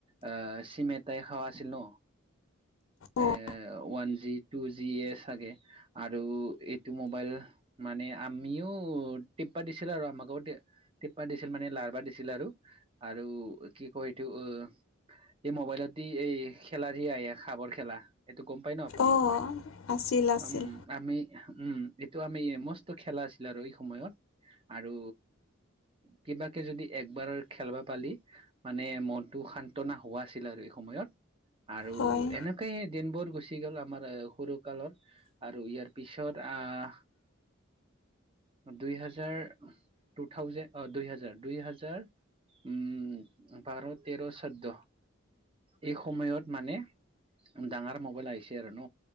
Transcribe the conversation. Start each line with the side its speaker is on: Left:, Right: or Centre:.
Right: আহ চিম এটাই খোৱা আছিল ন
Left: অঁ
Right: এ ওৱান জি টু জি এ চাগে আৰু এইটো মোবাইল মানে আমিও টিপিবা দিছিল আৰু আমাকো টিপিবা দিছিল মানে লাৰবা দিছিল আৰু আৰু কি কয় এইটো অ এই মোবাইলতে এই খেলা দি আহ সাপৰ খেলা গম পাই ন আপুনি
Left: অঁ আছিল আছিল
Right: উম আমি উম এইটো আমি মস্ত খেলা আছিল আৰু এই সময়ত আৰু কিবাকে যদি একবাৰ খেলবা পালি মানে মনটো সান্তনা হোৱা আছিল আৰু সময়ত আৰু
Left: হয়
Right: এনেকেই দিনবোৰ গুচি গ'ল আমাৰ সৰু কালৰ আৰু ইয়াৰ পিছত আহ দুই হাজাৰ টু থাউজেণ্ড অ দুই হাজাৰ দুই হাজাৰ উম বাৰ তেৰ ছৌধ্য এই সময়ত মানে ডাঙৰ মোবাইল আহিছে আৰু ন